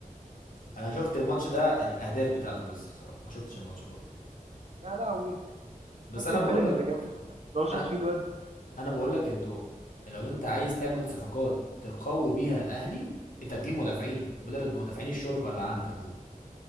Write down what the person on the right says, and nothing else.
يا لهوي
شفت
البلن
اللي جابه اللي هو شاط
فيه الواد ده